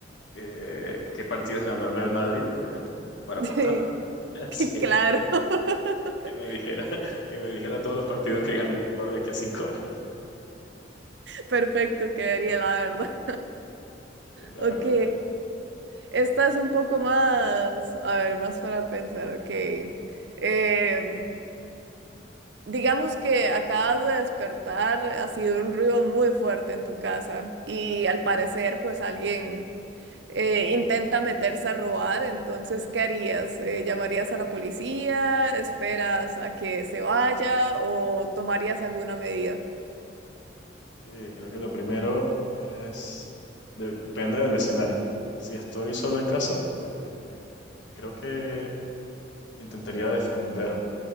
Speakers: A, on the left (about 80°); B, on the right (about 70°).
A: eh, qué partidas ganó el Real Madrid, por ejemplo,
B: <laughs>
A: para apostar.
B: sí,
A: <laughs>
B: que
A: Sí,
B: claro. <laughs>
A: que me dijera, que me dijera todos los partidos que ganó de aquí a cinco años,
B: Perfecto, quedaría la verdad.
A: sí, la
B: Ok.
A: verdad.
B: Esta es un poco más, a ver, más para pensar, ok. Em, digamos que acabas de despertar, ha sido un ruido muy fuerte en tu casa y al parecer pues alguien eh, intenta meterse a robar, entonces ¿qué harías? Eh, ¿llamarías a la policía? ¿Esperas a que se vaya o tomarías alguna medida?
A: Sí, creo que lo primero es, depende del escenario. Si estoy solo en casa, eh, creo que intentaría defenderme.